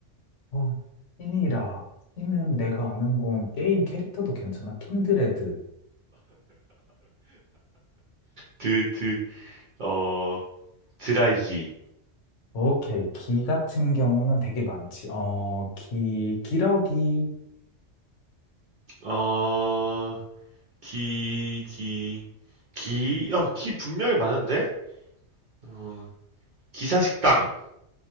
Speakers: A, on the left; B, on the right.
A: 아, 찐이라. 찐은 내가 아는 건 게임 캐릭터도 괜찮아. 킨드레드.
B: 드, 드, 어, 드라이기,
A: 오케이. 기 같은 경우는 되게 많지. 어, 기, 기러기,
B: 어, 기, 기, 기, 어, 기 분명히 많은데? 어, 기사식당,